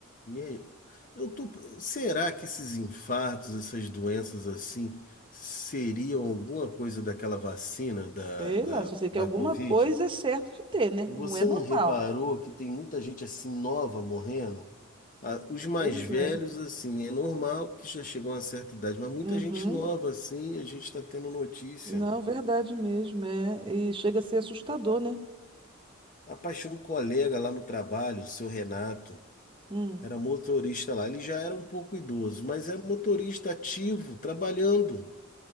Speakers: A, on the left (about 40°); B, on the right (about 25°).
A: E aí, eu tô, será que esses infartos, essas doenças assim, seriam alguma coisa daquela vacina da,
B: Sei lá, só
A: da,
B: sei
A: da
B: que alguma
A: Covid?
B: coisa é certo de ter, né?
A: Você
B: Não é normal.
A: não reparou que tem muita gente assim nova morrendo? Ah, Os mais
B: Pois
A: velhos,
B: é.
A: assim, é normal que já chegam a uma certa idade, mas muita
B: Uhum.
A: gente nova, assim, a gente está tendo notícia.
B: Não, verdade mesmo, é. E chega a ser assustador, né?
A: Rapaz, tinha um colega lá no trabalho, o seu Renato,
B: Hum.
A: era motorista lá. Ele já era um pouco idoso, mas é motorista ativo, trabalhando.